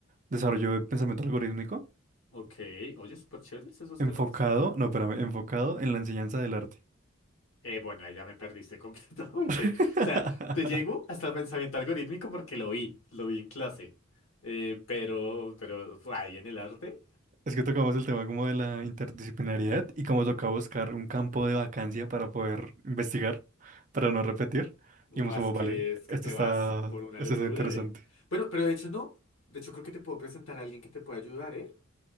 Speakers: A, on the right; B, on the left.
A: desarrollo de pensamiento algorítmico.
B: ok. Oye, súper chéveres esos
A: Enfocado,
B: temas.
A: no, espérame, enfocado en la enseñanza del arte.
B: Eh, bueno, ahí ya me perdiste <laughs> completamente.
A: <laughs>
B: O sea, te llego hasta el pensamiento algorítmico porque lo vi, lo vi en clase. Eh, pero, pero fue ahí en el arte,
A: Es que tocamos el tema como de la interdisciplinariedad y como toca buscar un campo de vacancia para poder investigar, para no repetir.
B: más
A: Y hemos como,
B: que
A: vale,
B: es
A: esto
B: que te
A: está,
B: vas por una
A: esto
B: locura,
A: está interesante.
B: ¿eh? Bueno, pero de hecho no. De hecho creo que te puedo presentar a alguien que te pueda ayudar, ¿eh?